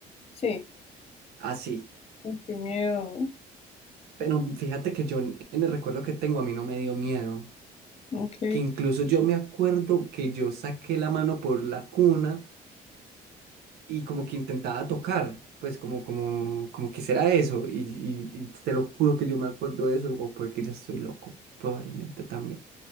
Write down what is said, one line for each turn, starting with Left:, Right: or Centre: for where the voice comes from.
Left: Sí,
Right: así.
Left: ay, qué miedo.
Right: Pero fíjate que yo en en el recuerdo que tengo a mí no me dio miedo,
Left: Ok,
Right: que incluso yo me acuerdo que yo saqué la mano por la cuna y como que intentaba tocar, pues como, como, como que será eso, y, y- y te lo juro que yo me acuerdo de eso, o puede que ya estoy loco, probablemente también,